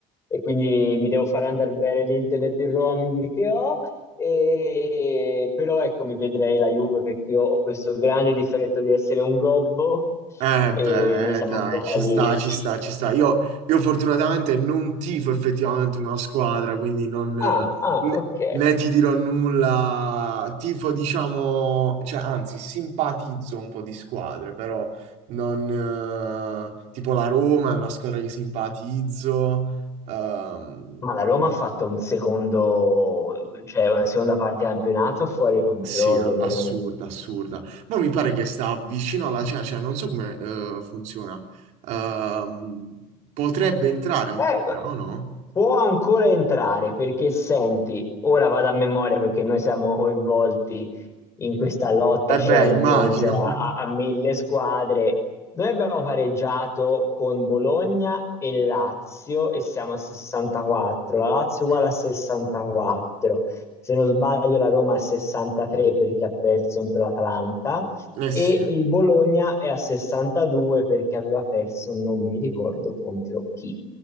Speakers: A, on the left (about 20°); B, on the right (about 55°).
A: e quindi mi devo fare andare bene l'internet e il roaming che ho. E- però ecco, mi vedrei la Juve perché io ho questo grande difetto di essere un gobbo
B: Eh
A: e
B: beh,
A: noi siamo
B: eh, dai,
A: ancora
B: ci
A: lì.
B: sta, ci
A: I-
B: sta, ci sta. Io, io fortunatamente non tifo effettivamente una squadra, quindi non, eh,
A: Ah, ah,
B: né,
A: ok.
B: né ti dirò nulla. Tifo, diciamo, cioè, anzi, simpatizzo un po' di squadre, però non... eh, tipo la Roma è una squadra che simpatizzo. ehm,
A: Ma la Roma ha fatto un secondo, cioè una seconda parte di campionato fuori controllo,
B: Sì, no,
A: veramente.
B: assurda, assurda. Ma mi pare che sta vicino alla cena, cioè non so come eh, funziona. Ehm, potrebbe entrare ancora,
A: Eh,
B: o no?
A: Può ancora entrare perché senti, ora vado a memoria perché noi siamo coinvolti in questa lotta
B: Eh
A: Champions
B: beh, immagino.
A: a,
B: <laughs>
A: a- a mille squadre. Noi abbiamo pareggiato con Bologna e Lazio e siamo a 64. La Lazio è
B: Mm,
A: uguale a 64. Se non sbaglio, la Roma è a 63 perché ha perso contro l'Atalanta
B: Eh
A: e
B: sì,
A: il Bologna è a 62 perché aveva perso, non mi ricordo contro chi.